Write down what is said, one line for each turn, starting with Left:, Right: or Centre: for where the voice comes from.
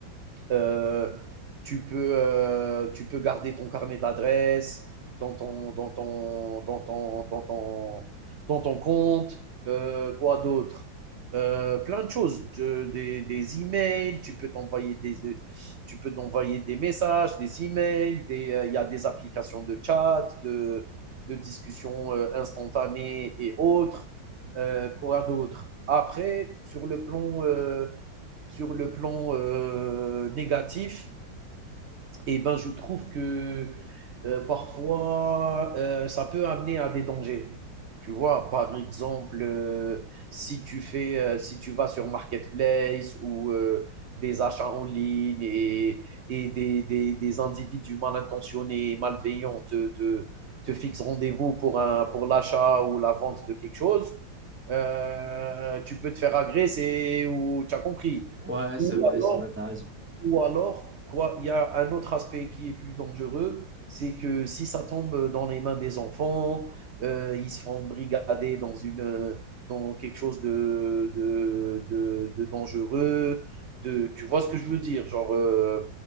Right: Euh, tu, peux, euh, tu peux garder ton carnet d'adresses dans ton, dans, ton, dans, ton, dans, ton, dans ton compte. Euh, quoi d'autre Euh, Plein de choses. Tu- des, des emails, tu peux t'envoyer des, tu peux t'envoyer des messages, des emails. des, euh, Il y a des applications de chat, de, de discussion euh, instantanée et autres. Euh, quoi d'autre Après, sur le plan euh, sur le plan euh, négatif eh ben, je trouve que euh, parfois, euh, ça peut amener à des dangers. Tu vois, par exemple, euh, si tu fais, euh, si tu vas sur Marketplace ou euh, des achats en ligne et, et des, des, des individus mal intentionnés, malveillants te, te, te fixent rendez-vous pour un, pour l'achat ou la vente de quelque chose, euh, tu peux te faire agresser ou tu as compris.
Centre: Ouais,
Right: Ou
Centre: c'est vrai,
Right: alors,
Centre: c'est vrai, t'as raison.
Right: ou alors, quoi, il y a un autre aspect qui est plus dangereux, c'est que si ça tombe dans les mains des enfants, euh, ils se font brigader dans une euh, dans quelque chose de de, de, de dangereux. De, tu vois ce que je veux dire, genre euh,